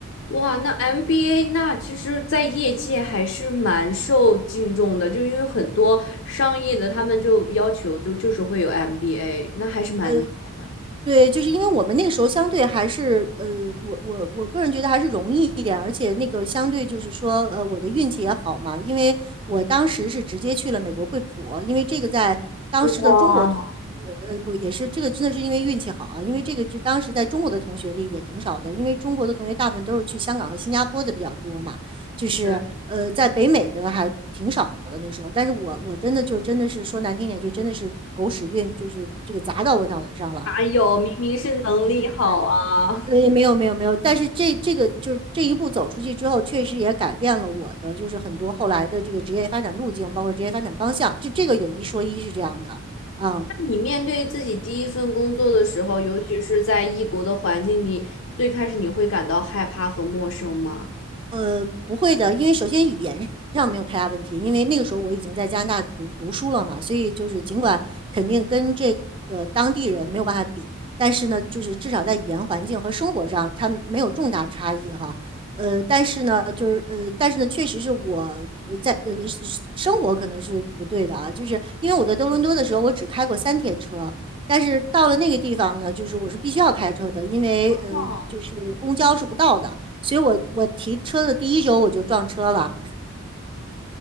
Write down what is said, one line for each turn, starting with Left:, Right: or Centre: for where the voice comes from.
Left: 哇，那 MBA 那其实，在业界还是蛮受敬重的，就因为很多商业的他们就要求就就是会有 MBA，那还是蛮厉害的。
Right: 呃，对，就是因为我们那个时候相对还是，呃，我我我个人觉得还是容易一点，而且那个相对就是说，呃，我的运气也好嘛，因为我当时是直接去了美国惠普，因为这个在当时的中国同
Left: 哇，
Right: 呃，不也是这个真的是因为运气好啊，因为这个是当时在中国的同学里也挺少的，因为中国的同学大部分都是去香港和新加坡的比较多嘛，就是呃，
Left: 是，
Right: 在北美的还挺少的那个时候，但是我我真的就真的是说难听点，就真的是狗屎运，就是这个砸到我脑袋上了。
Left: 哪有？明明是能力好啊！
Right: 就就。呃，
Left: <laughs>
Right: 也没有没有没有，但是这这个就是这一步走出去之后，确实也改变了我的就是很多后来的这个职业发展路径，包括职业发展方向。这这个有一说一是这样的，嗯
Left: 那你面对自己第一份工作的时候，尤其是在异国的环境，你最开始你会感到害怕和陌生吗？
Right: 呃，不会的，因为首先语言上没有太大问题，因为那个时候我已经在加拿大读读书了嘛，所以就是尽管肯定跟这个当地人没有办法比，但是呢，就是至少在语言环境和生活上，它没有重大差异哈。呃，但是呢，就是呃，但是呢，确实是我呃在呃是生活可能是不对的啊，就是因为我在多伦多的时候，我只开过三天车，但是到了那个地方呢，就是我是必须要开车的，因为呃
Left: 哦，
Right: 公交是不到的，所以我我提车的第一周我就撞车了，